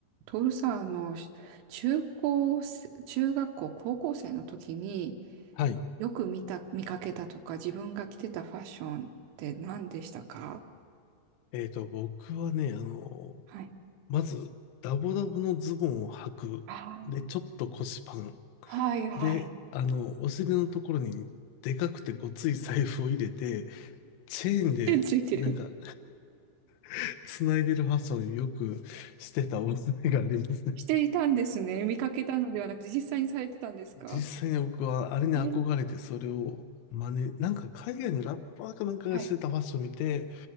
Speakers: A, on the right; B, on the left.
A: トールさん、あの、し中高生、中学校、高校生の時に
B: はい。
A: よく見た、見かけたとか、自分が着てたファッションって何でしたか
B: えっと、僕はね、あの、
A: はい。
B: まず、ダボダボのズボンを履く。
A: あー
B: で、ちょっと腰パン。
A: はいはい。
B: で、あの、お尻のところに、でかくてごつい財布を入れて、チェーンで、
A: 手ついてる。
B: なんか <laughs> 繋いでるファッションをよくしてたお覚えがありますね。
A: していたんですね。見かけたのではなくて、実際にされてたんですか
B: 実際に僕はあれに憧れてそれを真似、
A: えー
B: なんか海外のラッパーかなんかがしてたファッションを見て
A: はい。